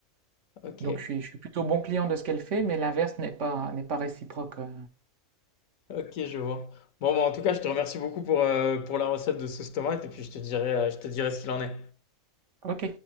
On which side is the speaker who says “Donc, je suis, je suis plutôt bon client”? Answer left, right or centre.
Right